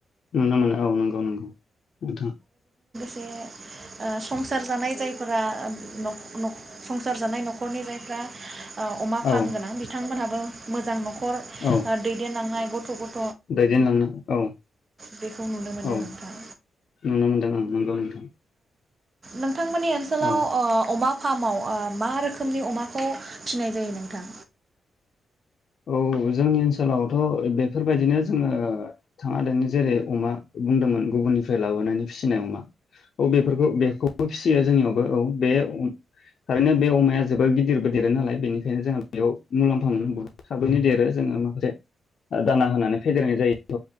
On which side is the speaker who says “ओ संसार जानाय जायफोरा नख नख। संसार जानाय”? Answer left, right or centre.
Right